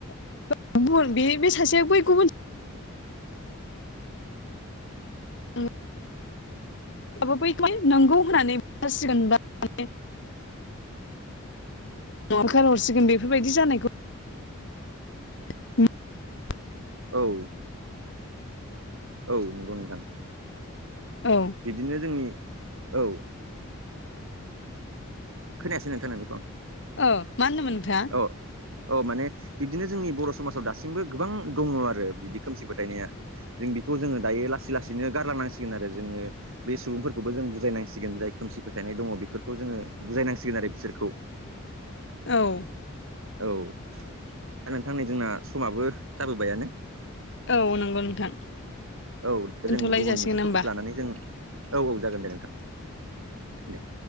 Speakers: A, on the left (about 60°); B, on the right (about 70°).
A: <inaudible> गुबुन बे सासे बै गुबुन सासेयाबो
B: <unintelligible>
A: <inaudible> नंगौ होननानै बुंसिगोन <inaudible> होखार हरसिगोन बेफोरबायदि जानायखौ <inaudible>
B: औ औ नंगौ नोंथां।
A: औ
B: बिदिनो जोंनि औ खोनायासै नोंथां नोंनिखौ
A: ओ मा होनदोंमोन नोंथाङा
B: औ औ माने बिब्दिनो जोंनि बर' समाजाव दासिमबो गोबां दङ आरो बिदि खोमसि फोथायनाया। जों बेखौ जोङो दायो लासै लासैनो गारलांनांसिगोन आरो जोङो बे सुबुंफोरखौबो जों बुजायनांसिगोन जाय खोमसि फोथायनाय दङ बेफोरखौ जोङो बुजायनांसिगोन आरो बिसोरखौ।
A: औ।
B: औ। दा नोंथां नै जोंना समाबो जाबोबायानो।
A: औ नंगौ नोंथां।
B: औ दा
A: दोनथ'लाय
B: जों गुबुन
A: जासिगोन
B: मोनसे टपिक
A: होमबा
B: लानानै जों औ औ जागोन दे नोंथां दे।